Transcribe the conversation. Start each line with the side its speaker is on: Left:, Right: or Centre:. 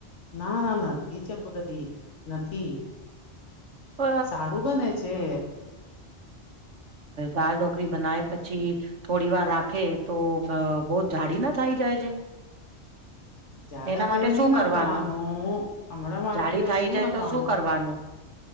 Left: ના ના નથી ચપકતી નથી.
Right: તો
Left: સારું બને છે.
Right: દાળ ઢોકળલી બનાવે પછી, થોડી વાર રાખે તો બહ જાડી ના થાય જાય છે?
Left: જ્યાદા
Right: એના માટે
Left: દર નહી
Right: શું
Left: નાખવાનું
Right: કરવાનું?
Left: હમણાં માટે
Right: જાડી થઈ
Left: શું
Right: જાય
Left: નાખવાનું.
Right: તો કરવાનું